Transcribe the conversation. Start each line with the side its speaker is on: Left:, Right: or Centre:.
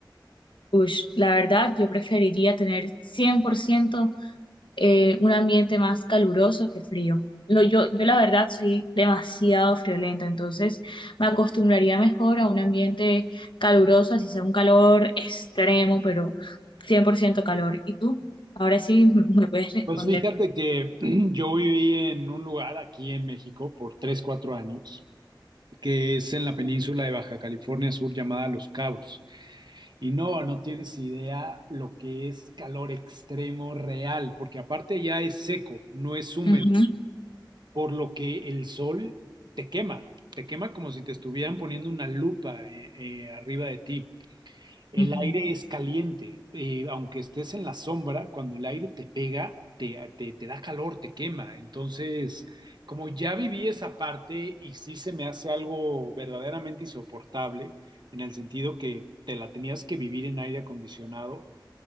Left: Ush, la verdad, yo preferiría tener cien por ciento. eh, un ambiente más caluroso que frío. Lo, yo, yo la verdad soy demasiado friolenta, entonces me acostumbraría mejor a un ambiente caluroso, así sea un calor extremo, pero 100% calor. ¿Y tú? Ahora sí <laughs> me puedes responder.
Right: Pues fíjate que <clears throat> yo viví en un lugar aquí en México por tres cuatro años, que es en la península de Baja California Sur llamada Los Cabos. Y no, no tienes idea lo que es calor extremo real, porque aparte ya es seco, no es húmedo,
Left: Ujú,
Right: por lo que el sol te quema, te quema como si te estuvieran poniendo una lupa eh, eh, arriba de ti. El
Left: ujú.
Right: aire es caliente, eh, aunque estés en la sombra, cuando el aire te pega, te, te- te da calor, te quema. Entonces, como ya viví esa parte y sí se me hace algo verdaderamente insoportable, en el sentido que te la tenías que vivir en aire acondicionado,